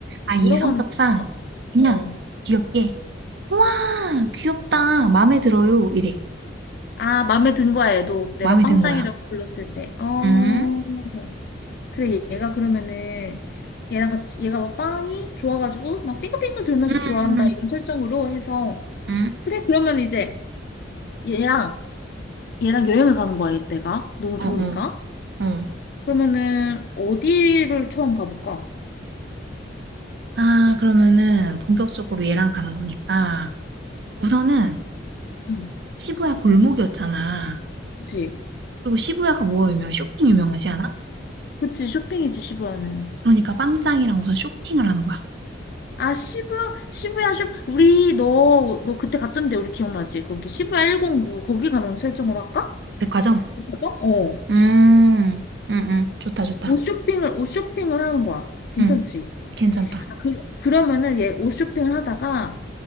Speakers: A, on the right; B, on the left.
A: 아얘
B: 뭐라고
A: 성격상
B: 하는 거야?
A: 그냥
B: 어.
A: 귀엽게 와, 귀엽다. 마음에 들어요. 이래.
B: 아, 마음에 든 거야, 얘도.
A: 마음에
B: 내가 빵짱이라고
A: 든 거야.
B: 불렀을 때. 어.
A: 응?
B: 그래, 얘가 그러면은, 얘랑 같이, 얘가 막 빵이 좋아가지고, 막 빙글빙글 돌면서
A: 음,
B: 좋아한다, 이런 설정으로 해서.
A: 응?
B: 그래, 그러면 이제, 얘랑, 얘랑 여행을 가는 거야, 이때가. 너무
A: 어,
B: 좋으니까.
A: 어, 어.
B: 그러면은, 어디를 처음 가볼까?
A: 아, 그러면은 본격적으로 얘랑 가는 거니까. 우선은
B: 응,
A: 시부야 골목이었잖아.
B: 그치.
A: 그리고 시부야가 뭐가 유명해? 쇼핑 유명하지 않아?
B: 그치, 쇼핑이지, 시부야는.
A: 그러니까 빵짱이랑 우선 쇼핑을 하는 거야.
B: 아, 시부야, 시부야 쇼. 우리 너, 너 그때 갔던데 우리 기억나지? 거기 시부야 109 거기 가는 설정으로 할까?
A: 백화점?
B: 맞아? 어.
A: 음, 응, 응, 좋다, 좋다.
B: 옷 쇼핑을, 옷 쇼핑을 하는 거야. 괜찮지?
A: 응, 괜찮다.
B: 아, 그, 그러면은 얘 옷 쇼핑을 하다가